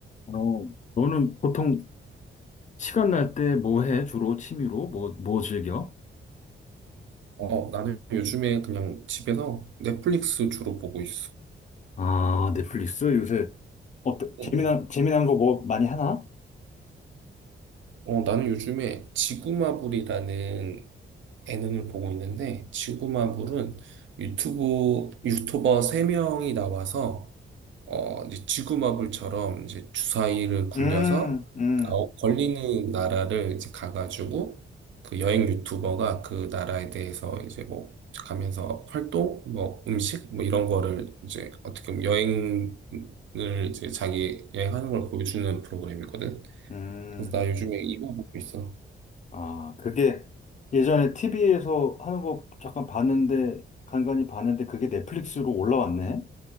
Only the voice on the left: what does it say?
어, 너는 보통 시간 날 때 뭐 해? 주로 취미로? 뭐, 뭐 즐겨?
아, 넷플릭스? 요새, 어때? 재미난,
재미난 거 뭐 많이 하나?
음, 음,
음.
아, 그게 예전에 TV에서 하는 거 잠깐 봤는데, 간간히 봤는데, 그게 넷플릭스로 올라왔네?